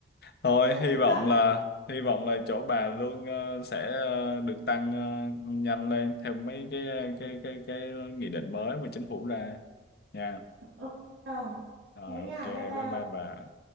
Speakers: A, on the left; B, on the right.
A: thôi
B: lương
A: hy
B: thì
A: vọng
B: thấp
A: là hy vọng là chỗ bà lương ờ, sẽ ờ, được tăng ờ, nhanh lên theo mấy cái ờ, cái cái cái nghị định mới mà chính phủ ra nha
B: ừ. không
A: rồi
B: thế nha
A: ok bye
B: bye bye
A: bye bà